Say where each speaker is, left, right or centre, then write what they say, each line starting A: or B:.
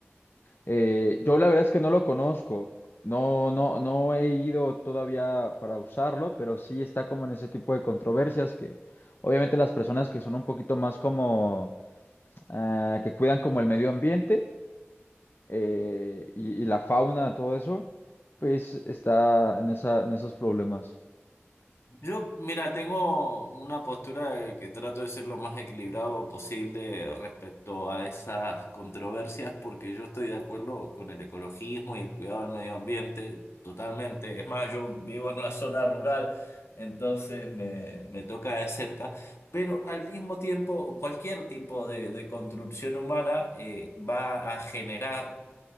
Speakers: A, on the left; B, on the left.
A: Eh, yo la verdad es que no lo conozco, no, no, no he ido todavía para usarlo, pero sí está como en ese tipo de controversias que obviamente las personas que son un poquito más como ah, que cuidan como el medio ambiente eh, y, y la fauna, todo eso, pues está en esa, en esos problemas.
B: Yo, mira, tengo una postura de que trato de ser lo más equilibrado posible respecto a esas controversias, porque yo estoy de acuerdo con el ecologismo y el cuidado del medio ambiente totalmente. Es más, yo vivo en una zona rural, entonces me, me toca de cerca, pero al mismo tiempo, cualquier tipo de, de construcción humana eh, va a generar